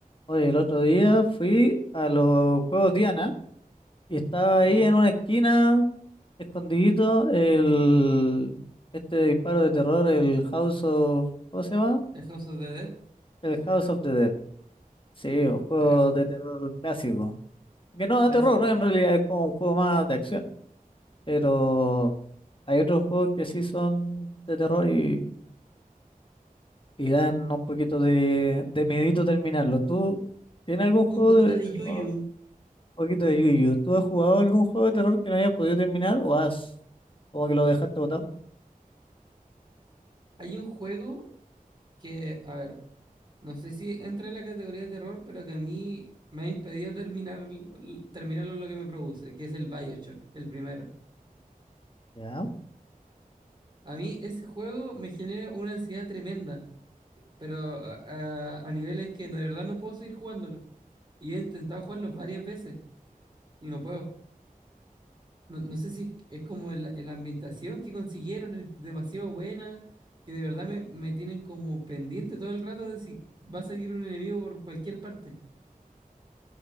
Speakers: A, on the left (about 35°); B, on the right (about 30°).
A: Oye, el otro día fui a los Juegos Diana y estaba ahí
B: Ya,
A: en una esquina, escondidito, el este disparo de terror, el House of, ¿cómo se llama?
B: el House of the Dead,
A: El House of the Dead. Sí, un juego
B: pegazo,
A: de terror clásico. Que no da
B: clásico.
A: terror, en realidad es como un juego más de acción. Pero hay otros juegos que sí son de terror y, y dan un poquito de, de miedito terminarlo. ¿Tú tienes algún juego
B: Un poquito
A: de
B: de
A: terror?
B: Yuyu.
A: poquito de Yu Yuyu. ¿Tú has jugado algún juego de terror que no hayas podido terminar o has como que lo dejaste botado?
B: Hay un juego que, a ver, no sé si entra en la categoría de terror, pero que a mí me ha impedido terminar, terminarlo lo que me produce, que es el BioShock, el primero.
A: Ya.
B: A mí ese juego me genera una ansiedad tremenda, pero a, a- a niveles que de verdad no puedo seguir jugándolo. Y he intentado jugarlo varias veces y no puedo. No, no sé si es como el- la ambientación que consiguieron, es demasiado buena, que de verdad me, me tienen como pendiente todo el rato de si va a salir un enemigo por cualquier parte.